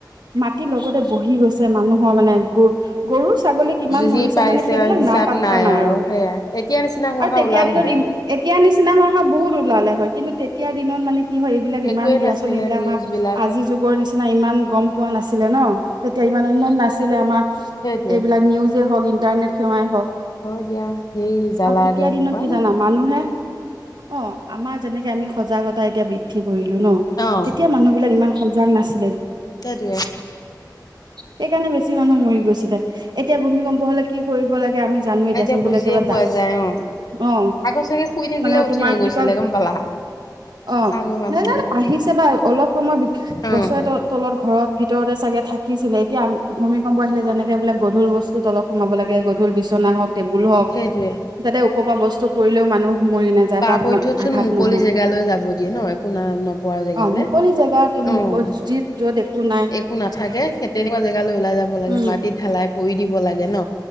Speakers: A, on the right (about 75°); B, on the left (about 60°).
A: মাটিৰ লগতে বহি গৈছে মানুহৰ মানে গ গৰু ছাগলী কিমান
B: যি
A: মৰিছে
B: পাইছে
A: মানে সেইবিলাক
B: হিচাপ
A: নাইপাতা নাই আৰু
B: সেয়াই এতিয়া নিচিনা হোৱা
A: আৰু
B: হয়
A: তেতিয়া
B: ওলাল
A: দিনত
B: হয়।
A: এতিয়া নিচিনা হোৱা হয় বহুত ওলালে হয় কিন্তু তেতিয়াৰ দিনত মানে কি হয়। এইবিলাক ইমান
B: একোৱে
A: দিয়াচোন
B: নাছিলে
A: এইবিলাক
B: নিউজ
A: আমাৰ
B: বিলাক
A: আজিৰ যুগৰ নিচিনা ইমান গম। পোৱা নাছিলে ন তেতিয়া ইমান উন্নত নাছিলে আমাৰ।
B: সেইটোৱে
A: এইবিলাক নিউজে হওক ইণ্টাৰনেট সেৱাই হওক
B: হয় দিয়া সেই জালা
A: আৰু তেতিয়া
B: দে এসোপা।
A: দিনত কি জানা মানুহে অ আমাৰ যেনেকে আমি সজাগতা এতিয়া বৃদ্ধি কৰিলো ন'
B: অ',
A: তেতিয়া মানুহ বিলাক ইমান সজাগ নাছিল।
B: সেইটোৱে।
A: সেইকাৰণে বেছি মানুহ মৰি গৈছিলে এতিয়া ভূমিকম্প হলে কি কৰিব লাগে। আমি জানোৱে দিয়াচোন
B: এতিয়া
A: বোলে
B: বুজিয়ে
A: কিবা
B: পোৱা
A: দা
B: যায় অ।
A: অ
B: আগত চাগে শুই থাকিলেও
A: মানে
B: উঠি
A: তোমাৰ
B: নগৈছিলে
A: কি কয়
B: গম পালা
A: অ
B: আগৰ মানুহ।
A: আহিছে বা অলপ সময়
B: অ',
A: গছৰে তলত ঘৰত ভিতৰতে চাগে থাকি। ছিলে এতিয়া ভূমিকম্প আহিলে যেনেকে বোলে গধুৰ বস্তু তলত সোমাব লাগে গধুৰ বিচনা হওক, টেবুল হওক
B: সেইটোৱে
A: যাতে- ওপৰৰ পৰা বস্তু পৰিলেও মানুহ মৰি নাযায়
B: পাৰাপধ্যতচোন
A: বা আঘাত
B: মুকলি
A: নহয়।
B: জেগালৈ যাব দিয়ে ন একো ন নপৰা জেগালে
A: অ মুকলি জেগটো মু
B: অ'।
A: যি- য'ত একো নাই
B: একো নাথাকেে তেনেকুৱা জেগালৈ ওলাই যাব লাগে
A: উম
B: মাটিত ঢালাই পৰি দিব লাগে ন।